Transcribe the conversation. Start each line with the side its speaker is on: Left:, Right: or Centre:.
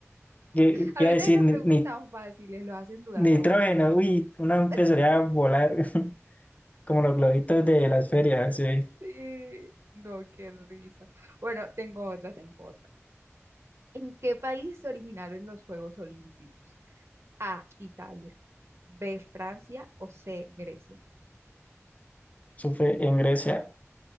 Left: ¿Qué
Right: A
Left: qué
Right: veces
Left: iba a decir?
Right: esas
Left: Ni,
Right: preguntas
Left: ni-
Right: tan fáciles lo hacen dudar
Left: nitrógeno,
Right: aún.
Left: uy, uno empezaría
Right: <laughs>
Left: a volar <laughs> como los globitos de las ferias, sí.
Right: Sí. No, qué risa. Bueno, tengo otra, tengo otra. ¿En qué país se originaron los Juegos Olímpicos? A, Italia, B, Francia o C, Grecia.
Left: Eso fue en Grecia,